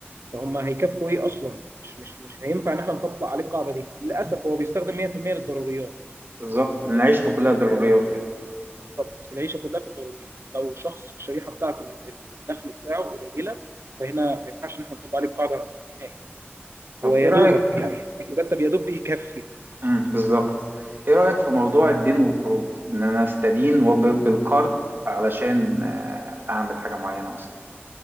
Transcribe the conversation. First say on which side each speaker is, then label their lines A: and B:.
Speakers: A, on the right; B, on the right.
A: فهم هيكفوا ايه اصلا مش مش مش هينفع ان احنا نطبق عليه القاعده دي للاسف هو بيستخدم 100% للضروريات
B: بالظبط لأن عيشته كلها ضروريات كده
A: بالظبط العيشه كلها في الضروريات لو شخص الشريحه بتاعت ال- ال- الدخل بتاعه قليله فهنا ما ينفعش ان احنا نطبق عليه القاعده نهائي
B: طب
A: هو
B: إيه
A: يا
B: رأيك
A: دوبك يعني المرتب يا دوب بيكفي
B: مم. بالظبط إيه رأيك في موضوع الدين والقروض إن أنا أستدين وب- بالقرض علشان آه، أعمل حاجة معينة مثلا